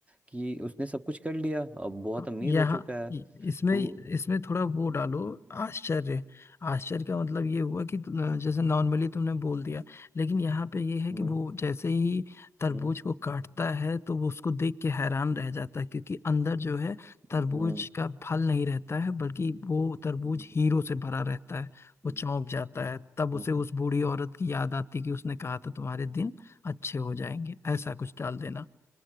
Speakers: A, on the right; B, on the left.
A: कि उसने सब कुछ कर लिया अब बहुत
B: हाँ,
A: अमीर
B: यहाँ
A: हो चुका है
B: इ- इसमें
A: तो
B: इसमें थोड़ा वो डालो आश्चर्य आश्चर्य का मतलब ये हुआ कि तुम- जैसे नॉर्मली तुमने बोल दिया लेकिन यहाँ पे ये है
A: हम्म
B: कि वो जैसे ही तरबूज
A: हम्म
B: को काटता है तो वो उसको देख के हैरान रह जाता है क्योंकि अंदर जो है तरबूज
A: हम्म हम्म, हम्म,
B: का फल नहीं रहता है बल्कि वो तरबूज
A: हम्म,
B: हीरो से भरा रहता है वो
A: हम्म,
B: चौंक जाता है तब उसे
A: हम्म।
B: उस बूढ़ी औरत की याद आती कि उसने कहा था तुम्हारे दिन अच्छे हो जाएंगे ऐसा कुछ डाल देना